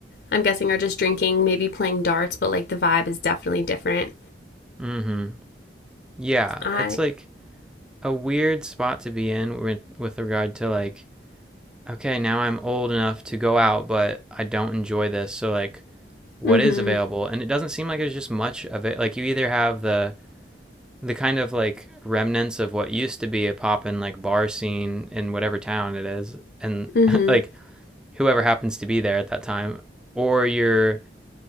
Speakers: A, on the left (about 60°); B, in the centre.
A: I'm guessing are just drinking, maybe playing darts, but like the vibe is definitely different.
B: mm-hmm Yeah,
A: I
B: it's like a weird spot to be in with, with regard to like, okay, now I'm old enough to go out, but I don't enjoy this. So like, what
A: mm mhm
B: is available? And it doesn't seem like there's just much of it. Like you either have the the kind of like remnants of what used to be a poppin' like bar scene in whatever town it is, and
A: mm mhm
B: <laughs> like whoever happens to be there at that time, or you're